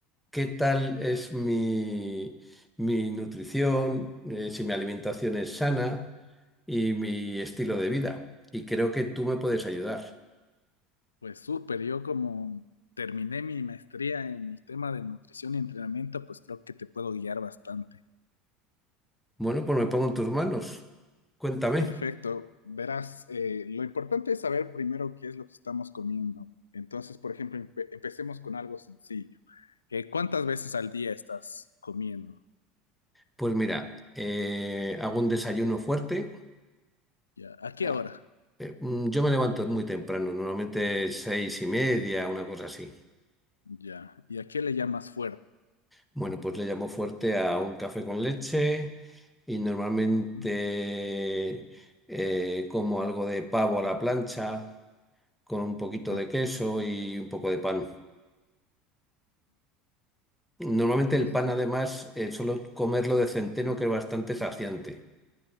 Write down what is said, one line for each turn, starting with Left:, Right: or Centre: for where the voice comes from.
Centre: qué tal es mi, mi nutrición, eh, si mi alimentación es sana y mi estilo de vida. Y creo que tú me puedes ayudar.
Left: Pues súper, yo como terminé mi maestría en el tema de nutrición y entrenamiento, pues creo que te puedo guiar bastante.
Centre: Bueno, pues me pongo en tus manos. Cuéntame.
Left: Perfecto. Verás, eh, lo importante es saber primero qué es lo que estamos comiendo. Entonces, por ejemplo, empe- empecemos con algo sencillo. Eh, ¿cuántas veces al día estás comiendo?
Centre: Pues mira, eh, hago un desayuno fuerte
Left: Ya. ¿A qué
Centre: Ah,
Left: hora?
Centre: eh, mm, Yo me levanto muy temprano, normalmente seis y media, una cosa así.
Left: Ya. ¿Y a qué le llamas fuerte?
Centre: Bueno, pues le llamo fuerte a un café con leche y normalmente
Left: Ujú.
Centre: eh, como algo de pavo a la plancha con un poquito
Left: Ah,
Centre: de queso y un poco de pan. Normalmente el
Left: Pues
Centre: pan además eh, solo comerlo de centeno que es bastante saciante.